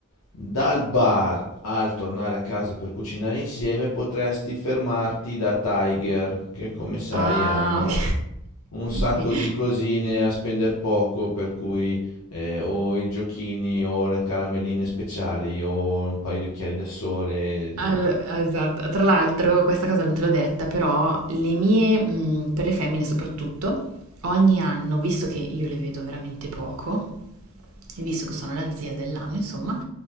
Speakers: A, on the left; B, on the right.
A: Dal bar al tornare a casa per cucinare insieme potresti fermarti da Tiger, che come sai
B: Ah,
A: hanno
B: ok,
A: un sacco
B: <laughs> sì.
A: di cosine a spendere poco, per cui eh, o i giochini o le caramelline speciali o un paio di occhiali da sole, eh,
B: Al- esatto. Tra l'altro, questa cosa non te l'ho detta, però le mie, mh, per le femmine soprattutto, ogni anno, visto che io le vedo veramente poco, e visto che sono la zia dell'anno, insomma,